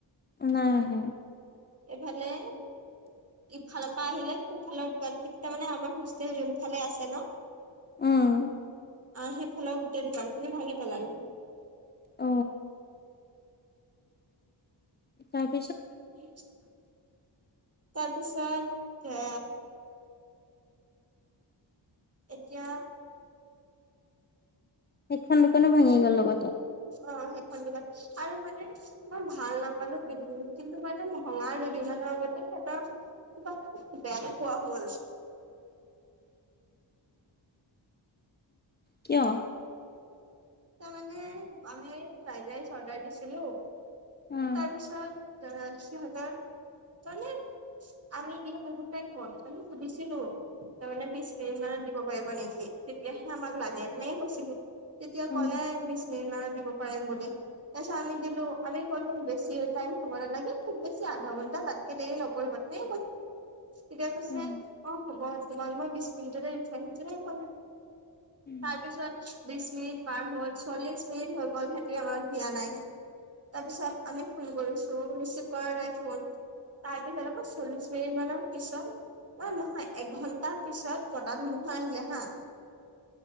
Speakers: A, on the left; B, on the right.
A: উম
B: এইফালে ইফালৰ পৰা আহিলে সোঁফালৰ দোকান খিনি তাৰ মানে আমাৰ হোষ্টেল যোন ফালে আছে নহ
A: উম
B: অহ সেফালৰ গোটেই দোকানখিনি ভাঙি পেলালোঁ।
A: অ <unintelligible>
B: <unintelligible> তাৰপিছত হে। এতিয়া
A: সেইখন দোকানো ভাঙি গল লগতে
B: অহ সেইখন দুকান আৰু মানে মই ভাল নাপালো দুদিন, কিন্তু মানে ভঙা দুদিনত <unintelligible> কিবা বেয়া পোৱা হ'ল।
A: <inaudible> কিয়।
B: তাৰমানে আমি ফ্ৰাইড ৰাইচ অৰ্ডাৰ দিছিলো
A: উম
B: তাৰপিছত। ত সিহঁতৰ। তহ এনে আমি বহুত টাইম পাতি সুধিছিলো। তাৰ মানে বিশ মিনিট মানত দিব পাৰিব নেকি তেতিয়াহে আমাক লাগে এনেকে কৈছিলো। তেতিয়া
A: উম
B: ক'লে বিছমিনিট মানত দিব পাৰিম বুলি তাৰ পিছত আমি দিলো আমি ক'লো বেছি টাইম। কব নালাগে, খুব বেছি আধা ঘন্টা তাতকে দেৰি নকৰিব তে তেতিয়া কৈছে
A: উম
B: অ হ'ব তোমালোকৰ বিশ মিনিটতে ইণ্টাৰ ভিতৰতে কলে
A: উম
B: তাৰপিছত বিছ মিনিট। পাৰ হ'ল চল্লিশ মিনিট হৈ গ'ল সিহঁতি আমাক দিয়া নাই। তাৰপিছত আমি ফোন কৰিছো, ৰিচিভ কৰা নাই ফোন। তাৰপিছৰ আকৌ চল্লিশ মিনিট মানৰ পিছত। ন নহয় এঘন্টাৰ পিছত বতাহ ধুমুহা আহিলে হা।